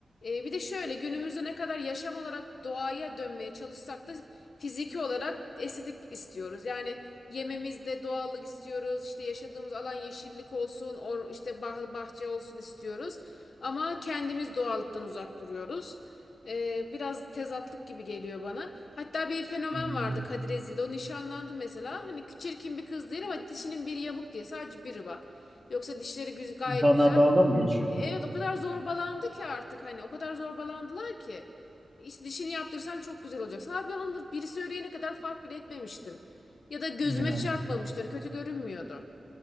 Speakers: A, on the left; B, in the centre.
A: e, bir de şöyle günümüzde ne kadar yaşam olarak doğaya dönmeye çalışsak da fiziki olarak estetik istiyoruz. Yani yememizde doğallık istiyoruz. İşte yaşadığımız alan yeşillik olsun, or, işte bah- bahçe olsun istiyoruz. Ama kendimiz doğallıktan uzak duruyoruz. Ee, biraz tezatlık gibi geliyor bana. Hatta bir fenomen
B: Aynen
A: vardı Kadir Ezil'de. O nişanlandı mesela. Hani çirkin bir kız değil ama dişinin biri yamuk diye. Sadece biri bak. Yoksa dişleri güz- gayet
B: İnsanlar
A: güzel.
B: dalga mı geçiyor?
A: Evet o kadar zorbalandı ki artık hani o kadar zorbalandılar ki. İşte dişini yaptırsan çok güzel olacaksın. Abi ben onu biri söyleyene kadar fark bile etmemiştim. Ya da gözüme
B: Yani
A: çarpmamıştı. Hani kötü görünmüyordu.